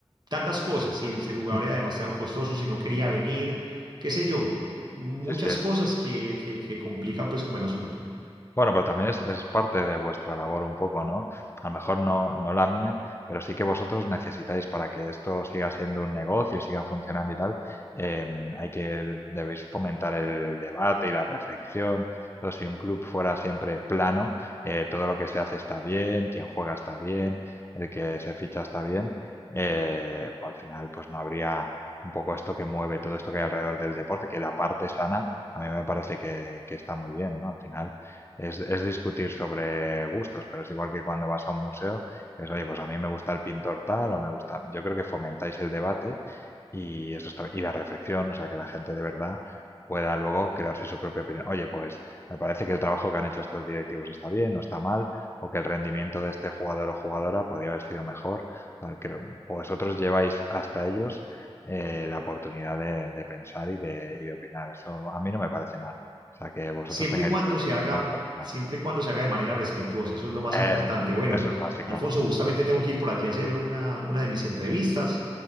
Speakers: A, on the right (about 45°); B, on the left (about 25°).
A: tantas cosas, si el, si el jugador
B: <laughs>
A: era demasiado costoso, si no quería venir, qué sé yo, muchas
B: Sí, sí.
A: cosas que, que, que complican pues como el asunto.
B: Bueno, pero también es, es parte de vuestra labor un poco, ¿no? A lo mejor no, no la mía, pero sí que vosotros necesitáis para que esto siga siendo un negocio y siga funcionando y tal, eh, hay que, debéis fomentar el debate y la reflexión. Entonces, si un club fuera siempre plano, eh, todo lo que se hace está bien, quien juega está bien, el que se ficha está bien, eh, pues al final pues no habría un poco esto que mueve todo esto que hay alrededor del deporte, que la parte sana a mí me parece que, que está muy bien, ¿no? Al final es, es discutir sobre gustos, pero es igual que cuando vas a un museo, que es, oye, pues a mí me gusta el pintor tal o me gusta. Yo creo que fomentáis el debate y eso está, y la reflexión, o sea, que la gente de verdad pueda luego crearse su propia opinión. Oye, pues me parece que el trabajo que han hecho estos directivos está bien o está mal, o que el rendimiento de este jugador o jugadora podría haber sido mejor. Porque vosotros lleváis hasta ellos eh, la oportunidad de, de pensar y de, y de opinar. Eso a mí no me parece mal. O sea, que vosotros
A: Siempre
B: tengáis
A: y cuando
B: ese
A: se
B: rol
A: haga,
B: no me parece mal.
A: siempre y cuando se haga de manera respetuosa, eso es lo más importante.
B: Eso,
A: Bueno,
B: eso es básico.
A: Alfonso, justamente tengo que ir por allí a hacer una, una de mis entrevistas.